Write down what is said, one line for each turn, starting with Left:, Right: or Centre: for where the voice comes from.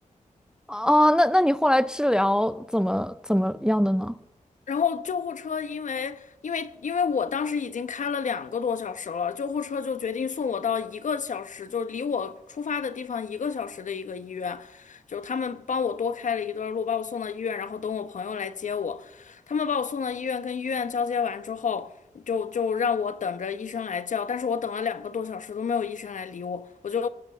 Centre: 哦，那那你后来治疗怎么怎么样的呢？
Left: 然后救护车因为因为因为我当时已经开了两个多小时了，救护车就决定送我到一个小时，就离我出发的地方一个小时的一个医院，就他们帮我多开了一段路，把我送到医院，然后等我朋友来接我。他们把我送到医院，跟医院交接完之后，就就让我等着医生来叫，但是我等了两个多小时都没有医生来理我，我就